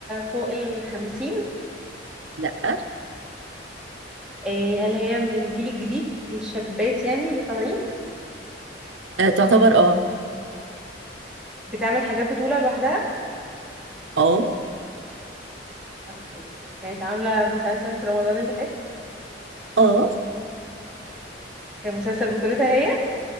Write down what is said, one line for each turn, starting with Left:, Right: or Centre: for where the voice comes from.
Centre: فوق الخمسين
Right: لا
Centre: إيه، هل هي من الجيل الجديد الشابات يعني اللي طالعين
Right: أه تعتبر اه
Centre: بتعمل حاجات بطولة لوحدها
Right: اه
Centre: اوكي كانت عاملة مسلسل في رمضان اللي فات
Right: اه
Centre: كان مسلسل بطولتها هي